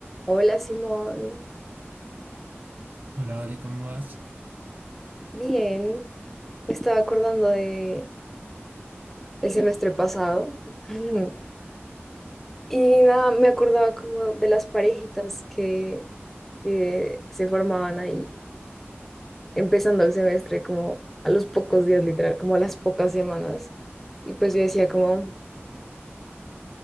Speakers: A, in the centre; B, on the right.
A: Hola Simón,
B: Hola, Vale, ¿cómo vas?
A: bien, me estaba acordando de el semestre pasado <laughs> y nada, me acordaba como de las parejitas que, que se formaban ahí empezando el semestre como a los pocos días literal, como a las pocas semanas y pues yo decía como,